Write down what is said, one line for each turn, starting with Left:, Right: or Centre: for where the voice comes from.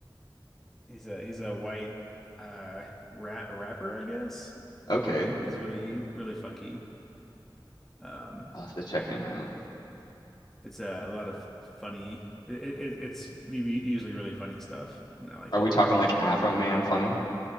Centre: He's a he's a white uh rap, rapper, I guess.
Left: Okay.
Centre: He's really really funky. Um,
Left: I'll have to check him out.
Centre: it's uh, a lot of funny. It, it, it's usually really funny stuff, and I like
Left: Are
Centre: it.
Left: we talking like Afro Man funny?